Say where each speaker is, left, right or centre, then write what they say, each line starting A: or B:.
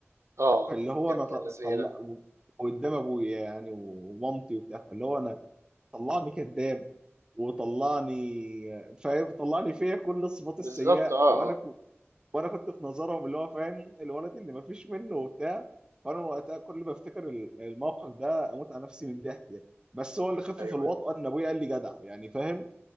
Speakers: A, on the right; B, on the right.
A: اه
B: فاللي هو
A: يا
B: انا
A: ابن
B: ط-
A: اللذينه
B: طلع قدام ابويا يعني ومامتي وبتاع فاللي هو انا طلعني كذاب وطلعني فاهم طلعني فيا كل الصفات
A: بالظبط
B: السيئه
A: اه
B: وانا
A: اه
B: وانا كنت في نظرهم اللي هو فاهم الولد اللي مفيش منه وبتاع فانا وقتها كل ما افتكر ال- الموقف ده اموت على نفسي من الضحك يعني بس هو اللي خفف
A: ايوه
B: الوطأة
A: ايوه
B: ان ابويا قال لي جدع يعني فاهم